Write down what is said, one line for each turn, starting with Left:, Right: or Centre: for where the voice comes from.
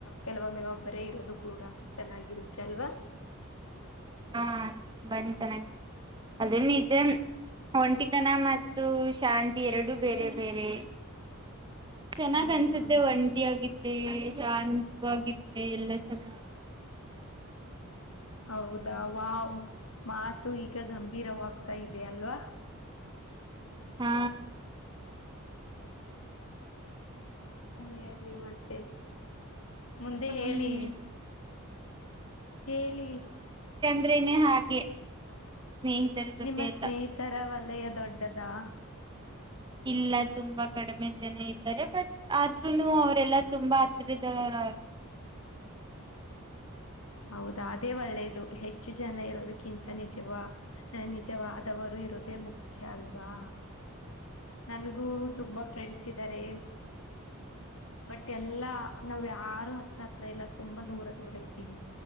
Left: ಕೆಲವೊಮ್ಮೆ ಒಬ್ಬರೇ ಇರೋದು ಕೂಡ ಚೆನ್ನಾಗಿರುತ್ತೆ ಅಲ್ವಾ
Right: ಹಾ ತುಂಬಾನೆ ಚೆನ್ನಾಗ ಇರತ್ತೆ ಅದನ್ನ ಒಂಟಿತನ ಮತ್ತು ಶಾಂತಿ ಎರಡು ಬೇರೆ ಬೇರೆ ಚೆನ್ನಾಗ್
Left: ಹೌದಾ
Right: ಅನ್ಸುತ್ತೆ ಒಂಟಿ ಆಗಿದ್ರೆ ಶಾಂತವಾಗಿ ಇದ್ರೆ ಎಲ್ಲಾ ಚೆನ್ನ
Left: ಹೌದಾ ವಾವ್ ಮಾತು ಈಗ ಗಂಭೀರವಾಗ್ತಾ ಇದೆ ಅಲ್ವಾ
Right: ಹಾ.
Left: ಹೇಳಿ ಮತ್ತೆ ಮುಂದೆ
Right: ಹ್ಮ್
Left: ಹೇಳಿ ಹೇಳಿ
Right: ಕನೆ ಹಾಗೆ ಸ್ನೇಹಿತರ ಜೊತೆ
Left: ನಿಮ್ಮ ಸ್ನೇಹಿತರ
Right: ಎಲ್ಲ
Left: ಓಲಯ ದೊಡ್ಡದಾ
Right: ಇಲ್ಲ ತುಂಬಾ ಕಡಿಮೆ ಜನ ಇದಾ ರೆ ಬಟ್ ಆದ್ರೂನು ಅವರೆಲ್ಲಾ ತುಂಬಾ ಹತ್ರರದವರು
Left: ಹೌದಾ ಅದೇ ಒಳ್ಳೇದು ಹೆಚ್ಚು ಜನ ಇರೋದಕ್ಕಿಂತ ನಿಜವ ನಿಜವಾದವರು ಇರೋದೇ ಮುಖ್ಯ ಅಲ್ವಾ. ನನ್ಗೂ ತುಂಬಾ ಫ್ರೆಂಡ್ಸ್ ಇದ್ದಾರೆ ಬಟ್ ಎಲ್ಲಾ ನಾವ್ ಯಾರು ಹತ್ರ ಹತ್ರ ಇಲ್ಲ ತುಂಬಾ ದೂರ ದೂರ ಇದ್ದೀವಿ.